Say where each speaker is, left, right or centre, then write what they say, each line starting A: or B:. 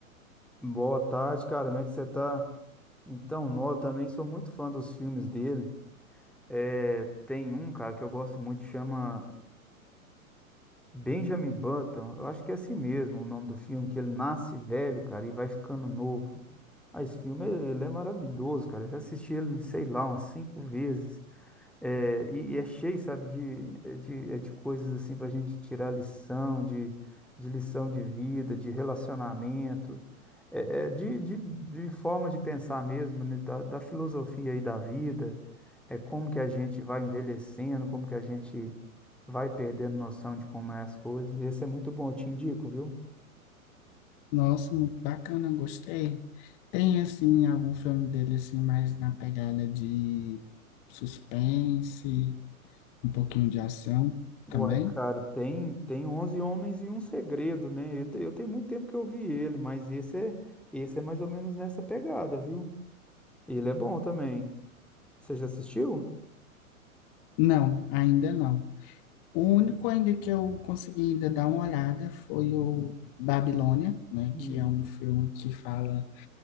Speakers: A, in the centre; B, on the left (about 40°).
A: Boa tarde, cara. Como é que você tá? Então, nó, eu também sou muito fã dos filmes dele. É, tem um, cara, que eu gosto muito, chama Benjamin Button. Eu acho que é assim mesmo o nome do filme, que ele nasce velho, cara, e vai ficando novo. Ah, esse filme, ele é maravilhoso, cara. Eu já assisti ele, sei lá, umas cinco vezes. É, e, e é cheio, sabe, de, é de, é de coisas assim para a gente tirar lição, de, de lição de vida, de relacionamento, é, é de, de, de forma de pensar mesmo, né, da, da filosofia aí da vida, é como que a gente vai envelhecendo, como que a gente vai perdendo noção de como é as coisas. Esse é muito bom, eu te indico, viu?
B: Nossa, muito bacana, gostei. Tem, assim, algum filme dele, assim, mais na pegada de suspense, um pouquinho de ação também?
A: Uai, cara, tem, tem onze Homens e um Segredo, né? Eu, te- eu tenho muito tempo que eu vi ele, mas esse é, esse é mais ou menos nessa pegada, viu? E ele é bom também. Você já assistiu?
B: Não, ainda não. O único ainda que eu consegui ainda dar uma olhada foi o Babilônia, né,
A: Hum,
B: que é um filme que fala